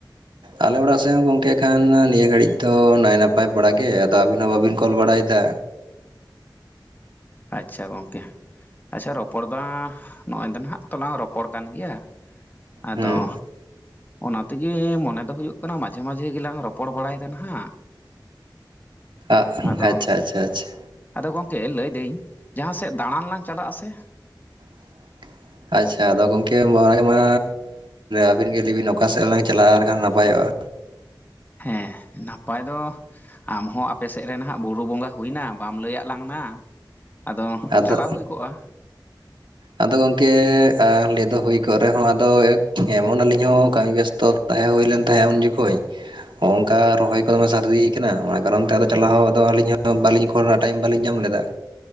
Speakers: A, on the right; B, on the left.
A: ᱟᱞᱮ ᱚᱲᱟᱜ ᱥᱮᱫ ᱦᱚᱸ ᱜᱚᱝᱠᱮ ᱠᱷᱟᱱ ᱱᱤᱭᱟᱹ ᱜᱷᱟᱹᱲᱤᱡ ᱫᱚ ᱱᱟᱭ ᱱᱟᱯᱟᱭ ᱵᱟᱲᱟ ᱜᱮ, ᱟᱫᱚ ᱟᱹᱵᱤᱱ ᱦᱚᱸ ᱵᱟᱵᱤᱱ ᱠᱚᱞ ᱵᱟᱲᱟᱭᱫᱟ᱾
B: ᱟᱪᱪᱷᱟ ᱜᱚᱝᱠᱮ, ᱟᱪᱪᱷᱟ ᱨᱚᱯᱚᱲ ᱫᱚ ᱟᱸᱻ ᱱᱚᱜᱼᱚᱭ ᱫᱚ ᱱᱟᱦᱟᱜ ᱛᱚᱞᱟᱝ ᱨᱚᱯᱚᱲ ᱠᱟᱱ ᱜᱮᱭᱟ ᱟᱫᱚ
A: ᱦᱩᱸ
B: ᱚᱱᱟ ᱛᱮᱜᱮ ᱢᱚᱱᱮ ᱦᱩᱭᱩᱜ ᱠᱟᱱᱟ, ᱢᱟᱡᱷᱮ ᱢᱟᱡᱷᱮ ᱜᱮᱞᱟᱝ ᱨᱚᱯᱚᱲ ᱵᱟᱲᱟᱭᱫᱟ ᱱᱟᱦᱟᱜ᱾
A: ᱟᱜ
B: ᱟᱫᱚ
A: ᱟᱪᱪᱷᱟ ᱪᱷᱟ ᱪᱷᱟ᱾
B: ᱟᱫᱚ ᱜᱚᱝᱠᱮ ᱞᱟᱹᱭ ᱫᱟᱹᱧ ᱡᱟᱦᱟᱸ ᱥᱮᱫ ᱫᱟᱬᱟᱱ ᱞᱟᱝ ᱪᱟᱞᱟᱜ ᱟ ᱥᱮ
A: <inaudible> ᱟᱪᱪᱷᱟ ᱟᱫᱚ ᱜᱚᱝᱠᱮ ᱚᱱᱟᱮ ᱢᱟ ᱟᱹᱵᱤᱱ ᱜᱮ ᱞᱟᱹᱭᱵᱤᱱ ᱚᱠᱟ ᱥᱮᱫᱞᱟᱟᱝ ᱪᱟᱞᱟᱜᱼᱟ ᱮᱠᱷᱟᱱ ᱱᱟᱯᱟᱭᱚᱜᱼᱟ
B: ᱦᱮᱸ᱾ ᱱᱟᱯᱟᱭ ᱫᱚ ᱟᱢᱦᱚᱸ ᱟᱯᱮᱥᱮᱫ ᱨᱮᱱ ᱦᱟᱸᱜ ᱵᱩᱨᱩ ᱵᱚᱸᱜᱟ ᱦᱩᱭ ᱱᱟ ᱵᱟᱢ ᱞᱮᱹᱭᱟᱜ ᱞᱟᱝ ᱱᱟᱟᱫᱚ
A: ᱟᱫᱚ
B: ᱪᱟᱞᱟᱣ ᱦᱩᱭ ᱠᱚᱜᱼᱟ᱾
A: ᱟᱫᱚ ᱜᱚᱢᱠᱮ ᱟ ᱞᱮᱭ ᱫᱚ ᱦᱩᱭ ᱠᱚᱜ ᱨᱮᱦᱚᱸ ᱟᱫᱚ ᱮᱢᱚᱱ ᱟᱹᱞᱤᱧ ᱦᱚᱸ ᱠᱟᱹᱢᱤ ᱵᱮᱥᱛᱚ ᱛᱟᱦᱮᱸ ᱦᱩᱭᱞᱮᱱ ᱛᱟᱦᱮᱸᱜ ᱩᱱ ᱡᱚᱠᱷᱚᱡ ᱦᱚᱸ ᱚᱝᱠᱟ ᱨᱚᱦᱚᱭ ᱠᱚ ᱫᱚᱢᱮ ᱥᱟᱨᱫᱤ ᱠᱟᱱᱟ, ᱚᱱᱟ ᱠᱟᱨᱚᱱ ᱛᱮ ᱟᱫ ᱛᱮᱞᱟᱦᱚᱸ ᱟᱫᱚ ᱟᱹᱞᱤᱧᱟᱜ ᱫᱚ ᱵᱟᱹᱞᱤᱧ ᱠᱚᱨᱟᱣ ᱴᱟᱭᱤᱢ ᱵᱟᱞᱤᱧ ᱧᱟᱢ ᱞᱮᱫᱟ᱾